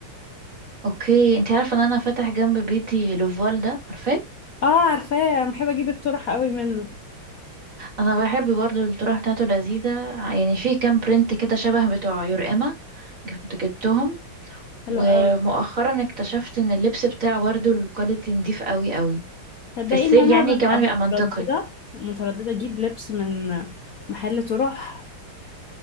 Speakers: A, on the right; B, on the left.
A: اوكي انتي عارفة ان انا فاتح جنب بيتي لوفال ده عارفاه
B: اه عارفاه انا بحب اجيب الطرح قوي منه
A: انا بحب برضه الطرح بتاعته لذيذة يعني في كام برنت كده شبه بتوع يورقما جبت جبتهم
B: حلو
A: ومؤخرا
B: قوي
A: اكتشفت ان اللبس بتاعه برضه الكواليتي نضيف قوي قوي
B: تصدقي
A: في السيل
B: ان انا
A: يعني
B: ببقى
A: كمان بيبقى منطقي
B: مترددة مترددة اجيب لبس من محل طرح